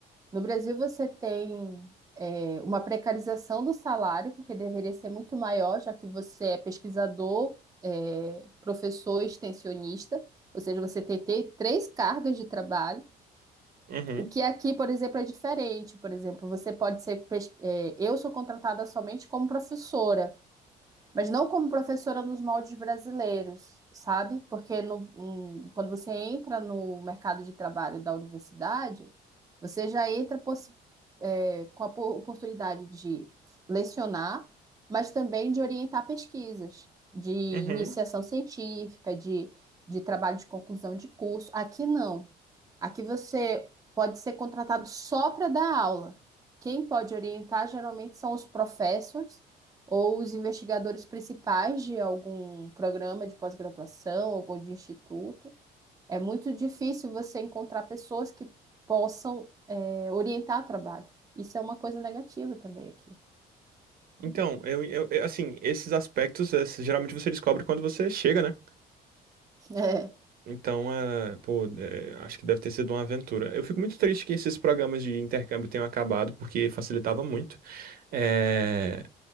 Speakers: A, on the right (about 20°); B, on the right (about 60°).
A: no Brasil você tem, é, uma precarização do salário, porque deveria ser muito maior, já que você é pesquisador, é, professor, e extensionista, ou seja, você tem, tem três cargas de trabalho.
B: Uhum,
A: O que aqui, por exemplo, é diferente. Por exemplo, você pode ser. pes- é, eu sou contratada somente como professora. Mas não como professora nos moldes brasileiros, sabe? Porque no- um, quando você entra no mercado de trabalho da universidade, você já entra possi- é, com a po- oportunidade de lecionar, mas também de orientar pesquisas, de iniciação
B: uhum.
A: científica, de, de trabalho de conclusão de curso. Aqui não. Aqui você pode ser contratado só para dar aula. Quem pode orientar geralmente são os professores ou os investigadores principais de algum programa de pós-graduação ou de instituto. É muito difícil você encontrar pessoas que possam, é, orientar trabalho. Isso é uma coisa negativa também aqui.
B: Então, eu, eu, eu- assim, esses aspectos, esses- geralmente você descobre quando você chega, né?
A: <laughs> É.
B: Então, é, pô, é, acho que deve ter sido uma aventura. Eu fico muito triste que esses programas de intercâmbio tenham acabado, porque facilitava muito. É,